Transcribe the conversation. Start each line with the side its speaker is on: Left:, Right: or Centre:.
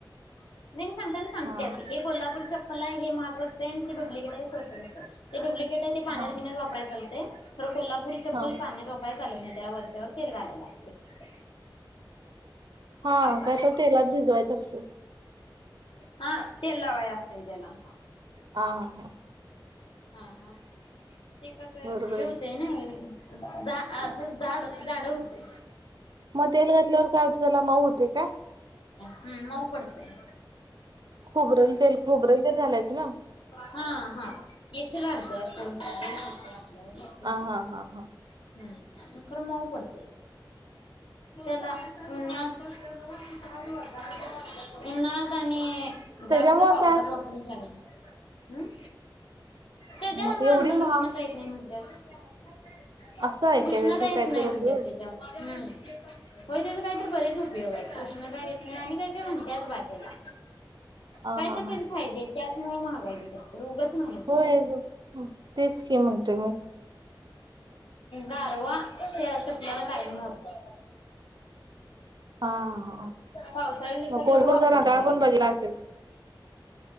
Left: न नाही सांगताना सांगत्यात
Right: हा
Left: हे कोल्हापूर चप ल हे महाग बसते आणि ते डुप्लिकेट हाय स्वस्त बसते ते डुप्लि केट आहे ते पाण्यात
Right: हा
Left: बिनच वापय चालते. खरं कोल्हा
Right: हा
Left: पल पाण्यात वाप काय चालत नाही त्याला वरच्यावर तेल घालायला लागते फक्त
Right: हा
Left: असं
Right: काय
Left: आहे.
Right: तर तेलात भिजवायचं असते.
Left: हा तेल लावाय लागतय त्याला.
Right: हा हा.
Left: हा हा. ते कसं
Right: बरोबर
Left: हे
Right: आहे
Left: होतंय नाही. जा असं जाड जाड होतय.
Right: मग तेल घातल्यावर काय होतं त्याला मऊ होते काय?
Left: हम् मऊ पडतेंय.
Right: खोबरेल तेल खोबरेल तेल घालायचं ना.
Left: हा हा येसल घालतात. <unintelligible> <unintelligible> हम्म
Right: हा हा हा हा.
Left: खरं मऊ पडते त्याला उन्हात उन्हाळ्यात आणि जास्त
Right: त्याच्यामुळे
Left: पावसात
Right: काय
Left: वापरून चालत नाही. हम्म त्याच्यामुळ
Right: मग एवढी
Left: अंगात
Right: महाग
Left: उष्णता येत नाही म्हणत्या. <unintelligible>
Right: असं आहे
Left: कृष्णता
Right: का त्याचा
Left: येत
Right: काय
Left: नाही
Right: तर
Left: म्हणतात
Right: उपयोग.
Left: तिच्यामु हम् हो त्याच काहीतरी बरेच उपयोग आहेत उष्णता घेत नाही आणि काही काही म्हणतात बात्याला
Right: हा
Left: काय
Right: हा
Left: तर तेच
Right: हा.
Left: फायदेेत त्याचमुळे महागाई तिथं ल उगच नाही सोडा
Right: होय
Left: त
Right: तेच का म्हणतोय मी
Left: गारवा ते तपल्याला कायम राहतो
Right: हा हा.
Left: पावसाळ्या दिवस
Right: मग
Left: तेवढ
Right: कोल्हापूरचा
Left: वापरून
Right: रंगाळ
Left: चालत
Right: पण बघितला
Left: माती
Right: असेल